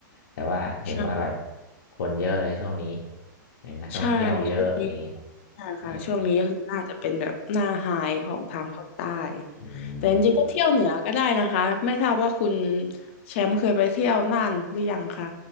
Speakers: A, on the left; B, on the left.
A: แต่ว่าเห็นว่าแบบ
B: ใช่
A: คนเยอะเลยช่วงนี้เออนักท่องเที่ยวเยอะอย่างนี้
B: ใช่ช่วงนี้ ใช่ค่ะช่วงนี้ก็คือน่าจะเป็นแบบหน้าไฮของทางภาคใต้
A: เอออื
B: แต่จริงๆก็เที่ยวเหนือก็ได้นะคะไม่ทราบว่าคุณ
A: ม
B: แชมป์เคยไปเที่ยวน่านหรือยังคะ